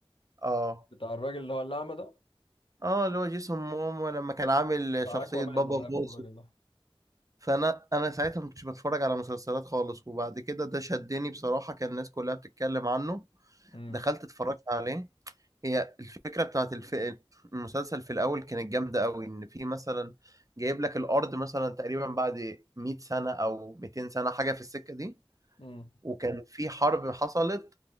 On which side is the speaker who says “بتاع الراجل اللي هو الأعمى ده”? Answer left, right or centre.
Left